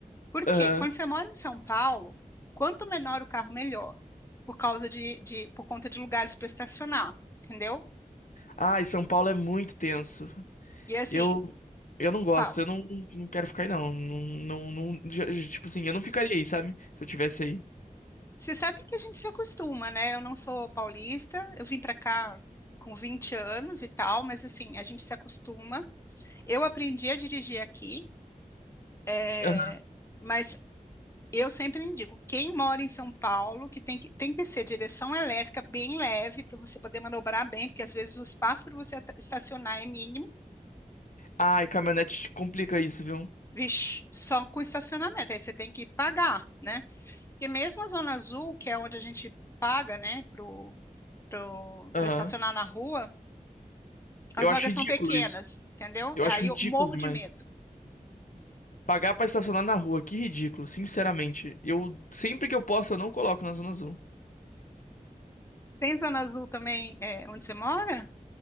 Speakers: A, on the left; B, on the left.
A: Por
B: Aham.
A: quê? Quando você mora em São Paulo, quanto menor o carro, melhor, por causa de, de por conta de lugares para estacionar, entendeu?
B: Ah, e São Paulo é muito tenso.
A: E assim,
B: Eu, eu não gosto,
A: fala.
B: eu não, não quero ficar aí, não. Não, não, não- já- já- tipo assim, eu não ficaria aí, sabe? Se eu tivesse aí.
A: Você sabe que a gente se acostuma, né? Eu não sou paulista, eu vim para cá com 20 anos e tal, mas assim, a gente se acostuma. Eu aprendi a dirigir aqui, é,
B: Aham.
A: mas eu sempre indico, quem mora em São Paulo, que tem que, tem que ser direção elétrica bem leve para você poder manobrar bem, porque às vezes o espaço para você estacionar é mínimo.
B: Ai, caminhonete complica isso, viu?
A: Vixe, só com estacionamento, aí você tem que pagar, né? Porque mesmo a Zona Azul, que é onde a gente paga, né, pro, pro,
B: Aham.
A: para estacionar na rua, as
B: Eu
A: vagas
B: acho ridículo
A: são pequenas,
B: isso.
A: entendeu?
B: Eu
A: E
B: acho
A: aí
B: ridículo
A: eu morro
B: demais.
A: de medo.
B: Pagar pra estacionar na rua, que ridículo, sinceramente. Eu, sempre que eu posso, eu não coloco na zona azul.
A: Tem Zona Azul também, é, onde você mora?